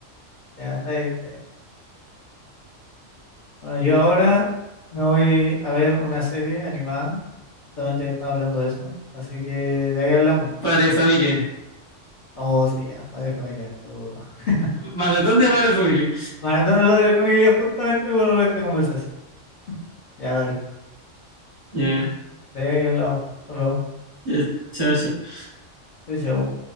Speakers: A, on the left (about 45°); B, on the right (about 30°).
A: Ya, está bien, está bien. Bueno, yo ahora me voy a ver una serie animada, justamente que estaba hablando de eso, así que de ahí hablamos.
B: Padre de Familia.
A: Oh, sí, ya, padre y familia. todo. <laughs>
B: Maratón de Padre de Familia.
A: Maratón de padre y familia justamente por esta conversación. Ya, dale,
B: Ya, yeah.
A: de ahí hablamos. Nos vemos.
B: ya, yeah. chao, chao.
A: Chau, chau.